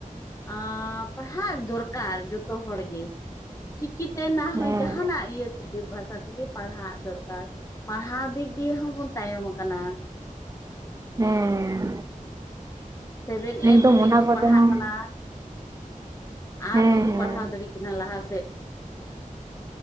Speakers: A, on the left (about 20°); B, on the right (about 25°).
A: ᱟᱸ ᱯᱟᱲᱦᱟᱣ ᱫᱚᱨᱠᱟᱨ ᱡᱚᱛᱚ ᱦᱚᱲᱜᱮ ᱪᱤᱠᱤ ᱛᱮ ᱱᱟᱦᱟᱭ
B: ᱦᱮᱸ
A: ᱡᱟᱦᱟᱱᱟᱜ ᱤᱭᱟᱹ ᱛᱮᱜᱮ ᱵᱷᱟᱥᱟ ᱛᱮᱜᱮ ᱯᱟᱲᱦᱟᱜ ᱫᱚᱨ ᱯᱟᱲᱦᱟᱣ ᱫᱤᱠ ᱫᱤᱭᱮ ᱦᱚᱸᱵᱚᱱ ᱛᱟᱭᱚᱢ ᱟᱠᱟᱱᱟ
B: ᱦᱮᱸ
A: ᱥᱮᱵᱷᱮᱱ ᱮᱭᱤᱴ
B: ᱮᱠᱫᱚᱢ
A: ᱫᱷᱟᱹᱨᱤᱡ
B: ᱚᱱᱟ
A: ᱠᱚ
B: ᱠᱚᱛᱮ
A: ᱯᱟᱲᱦᱟᱜ
B: ᱦᱚᱸ
A: ᱠᱟᱱᱟ ᱟᱨ
B: ᱦᱮᱸ
A: ᱵᱟᱠᱚ
B: ᱦᱮᱸ
A: ᱯᱟᱲᱦᱟᱣ ᱫᱟᱲᱮᱭᱟᱜ ᱠᱟᱱᱟ ᱞᱟᱦᱟ ᱥᱮᱫ